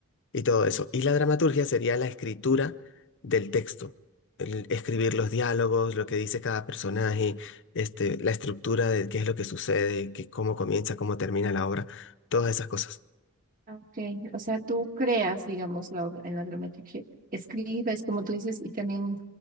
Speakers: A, on the left; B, on the right.
A: y todo eso. Y la dramaturgia sería la escritura del texto, el escribir los diálogos, lo que dice cada personaje, este, la estructura de qué es lo que sucede, qué, cómo comienza, cómo termina la obra, todas esas cosas.
B: Ok, o sea, tú creas, digamos, la obra en la dramaturgia, escribes, como tú dices, y también